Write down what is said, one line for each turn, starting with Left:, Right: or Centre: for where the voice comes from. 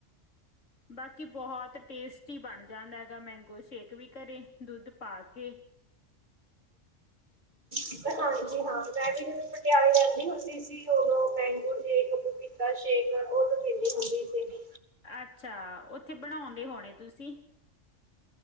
Left: ਬਾਕੀ ਬੋਹਤ ਟੇਸਟੀ ਬਣ ਜਾਂਦਾ ਹੈਗਾ ਮੈਂਗੋ ਸ਼ੇਕ ਵੀ ਘਰੇ ਦੁੱਧ ਪਾ ਕੇ।
Right: ਹਾਂਜੀ ਹਾਂ ਮੈਂ ਵੀ ਜਦੋਂ ਪਟਿਆਲੇ ਰੈਂਦੀ ਹੁੰਦੀ ਸੀ ਓਦੋਂ ਮੈਂਗੋ ਸੈ਼ਕ <unintelligible> ਦਾ ਸ਼ੇਕ ਓਦੋਂ ਪਿੰਦੀ ਹੁੰਦੀ ਸੀਗੀ।
Left: ਅੱਛਾ ਓਥੇ ਬਣਾਉਂਦੇ ਹੋਣੇ ਤੁਸੀਂ।